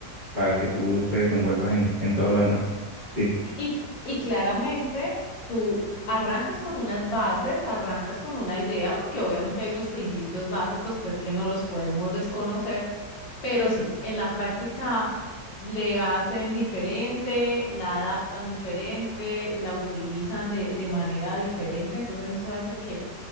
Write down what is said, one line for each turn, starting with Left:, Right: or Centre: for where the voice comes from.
Right: para que tú te desenvuelvas en, en todo lo demás. Sí,
Left: Y, y claramente tú arrancas con unas bases, arrancas con una idea, porque obviamente hay unos principios básicos pues que no los podemos desconocer Pero sí, en la práctica le hacen diferente, la adaptan diferente, la utilizan de, de manera diferente. Entonces eso hace que,